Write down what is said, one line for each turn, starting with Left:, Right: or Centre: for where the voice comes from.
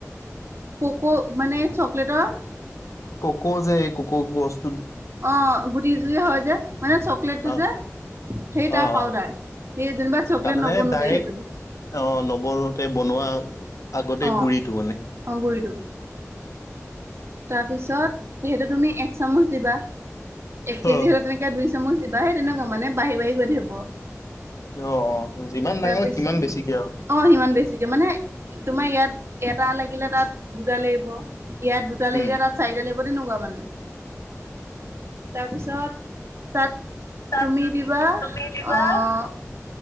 Right: কোকো মানে চকলেটৰ
Left: কক জে এই কক গছ
Right: অ গুটি চুটি হয় যে মানে চকলেটটো
Left: অ
Right: যে সেই তাৰ
Left: অ
Right: পাউদাৰ
Left: অ
Right: সি যেনিবা চকলেট
Left: তাৰমানে
Right: নবনো
Left: ডাইৰেক্ট
Right: দে সেইটো
Left: অ নৱনোতে বনোৱা আগতে
Right: অ'
Left: গুৰিটো মানে
Right: অ' গুৰিটো। তাৰপিছত সেইটো তুমি এক চামুচ দিবা এক কেজি
Left: অ
Right: হলে তেনেকে দুই চামুচ দিবা সেই তেনেকুৱা মানে বাঢ়ি বাঢ়ি গৈ থাকিব
Left: অ অ যিমান
Right: তাৰপিছ
Left: ডাঙৰ সিমান বেছিকে আৰু
Right: অ সিমান বেছিকে মানে তোমাৰ ইয়াত এটা লাগিলে তাত দুটা লাগিব ইয়াত দুটা লাগিলে
Left: উম
Right: তাত চাৰিটা লাগিব তেনেকুৱা মানে তাৰপিছত তাত
Left: তাত
Right: তুমি দিবা
Left: তুমি দিবা
Right: আহ